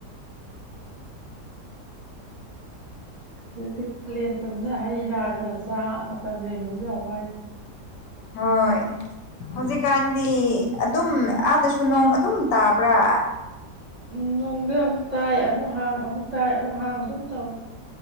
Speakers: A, on the right (about 45°); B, on the left (about 80°).
A: ꯍꯧꯖꯤꯛꯇꯤ ꯀꯥꯂꯦꯟ ꯇꯝꯅ ꯍꯩ ꯔꯥ ꯈꯔ ꯆꯥ ꯃꯇꯝ ꯂꯦꯟꯕꯁꯨ ꯌꯥꯝ ꯋꯥꯏꯗ
B: ꯍꯣꯏ
A: ꯎꯝ
B: ꯍꯧꯖꯤꯛ ꯀꯥꯟ ꯑꯗꯨꯝ ꯑꯥꯗꯁꯨ ꯅꯣꯡ ꯑꯗꯨꯝ ꯇꯥꯕ꯭ꯔꯥ
A: ꯎꯝ ꯅꯣꯡꯗꯤ ꯑꯃꯨꯛ ꯇꯥꯏ ꯑꯃꯨꯛ ꯍꯥꯡ ꯑꯃꯨꯛ ꯇꯥꯏ ꯑꯃꯨꯛ ꯍꯥꯡ ꯑꯗꯨꯝ ꯇꯧꯏ